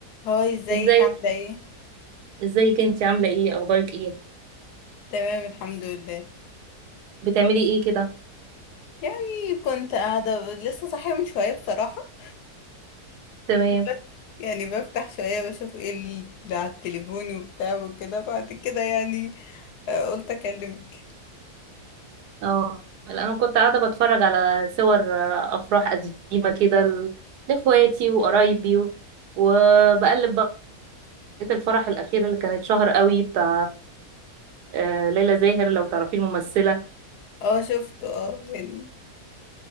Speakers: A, on the left; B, on the right.
A: هاي ازيك
B: ازاي
A: عاملة ايه؟
B: ازيك انت عامله ايه اخبارك ايه
A: تمام الحمد لله
B: بتعملي ايه كده
A: يعني كنت قاعدة ب- لسه صاحية من شوية بصراحة
B: تمام
A: بس يعني بفتح شوية بشوف ايه اللي على التليفون وبتاع وكده بعد كده يعني آه، قلت اكلمك
B: اه لا، انا كنت قاعده بتفرج على صور آه، افراح قديمه كده ل- لاخواتي وقرايبي و- وبقلب بقى لقيت الفرح الاخير اللي كانت شهر قوي بتاع آه، ليلى زاهر لو تعرفي الممثله
A: اه شفته اه يعني